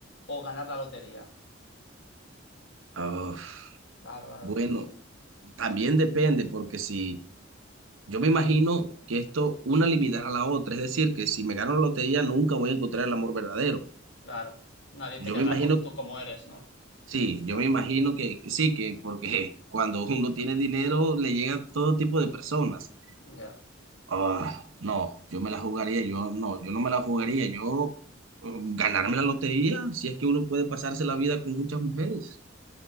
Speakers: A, on the left (about 65°); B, on the right (about 85°).
A: o ganar la lotería?
B: Ah,
A: Claro, claro,
B: bueno, también depende, porque si yo me imagino que esto una limitará a la otra, es decir, que si me gano la lotería nunca voy a encontrar el amor verdadero.
A: claro. Nadie
B: Yo
A: te querrá
B: me imagino,
A: por tú como eres, ¿no?
B: sí, yo
A: Tanto
B: me imagino
A: dinero.
B: que, que sí, que porque <laughs> cuando uno tiene dinero le llega a todo tipo de personas.
A: Ya.
B: Ah, no, yo me la jugaría, yo no, yo no me la jugaría, yo eh, ganarme la lotería, si es que uno puede pasarse la vida con muchas mujeres.